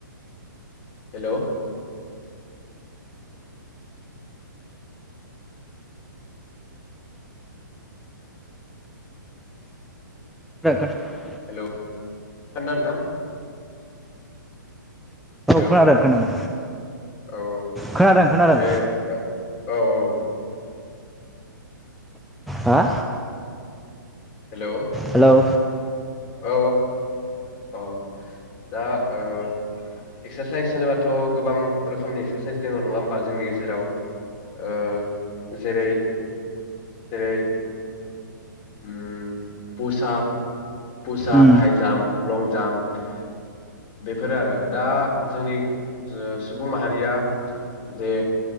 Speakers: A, on the left; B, in the centre.
A: हेलौ
B: <unintelligible>
A: हेलौ खानना नोंथां हेलौ
B: खोनादों खोनादों
A: औ औ
B: खोनादों खोनादों
A: दे औ औ
B: हा
A: हेलौ
B: हेलौ
A: औ औ अ दा ओ एक्सारसाइस होनोबाथ गोबां रोखोमनि एक्सारसाइस दङ नङा होमबा जोंनि गेजेराव ओ जेरै जेरै उम फुसाब पुसाप
B: उम
A: हायजाम लं जाम्प बेफोरो आरो दा जोंनि सुबुं माहारिया जे